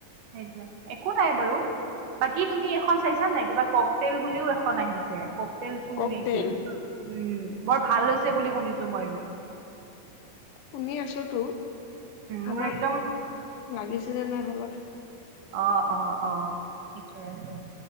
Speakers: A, on the right; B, on the left.
A: সেইটোৱেই একো নাই বাৰু বাকী তুমি এইখন চাইছা নাই কিবা কক তেল বুলিও এখন আহি কক তেল টো
B: ককতেল
A: নেকি উম বৰ ভাল হৈছে। বুলি শুনিছো ময়ো
B: শুনি আছো তো
A: মোৰ
B: আমাৰ
A: একদম
B: লাগিছে যে নাই হলত
A: অ অ অ ঠিকে আছে